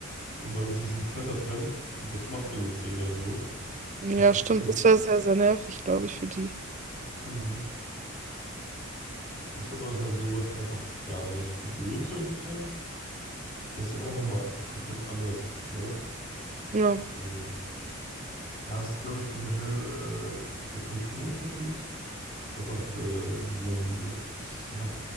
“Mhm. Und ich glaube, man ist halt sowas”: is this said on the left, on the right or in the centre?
Left